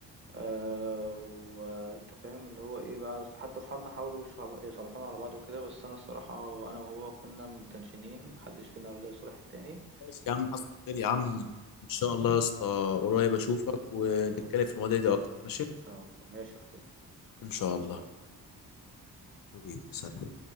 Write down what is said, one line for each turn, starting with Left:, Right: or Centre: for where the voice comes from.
Right: آه، وأنت فاهم اللي هو إيه بقى حتى أصحابنا حاولوا يصل- يصالحونا على بعض وكده بس أنا الصراحة وأنا وهو كنا متنشنين محدش فينا رضى يصالح التاني
Left: خلاص يا عم حصل خير يا عم ان شاء الله يا اسطى قريب اشوفك ونتكلم
Right: إن شاء الله
Left: في
Right: إن
Left: المواضيع دي اكتر ماشي
Right: شاء الله ماشي يا صديقي
Left: ان شاء الله حبيبي سلام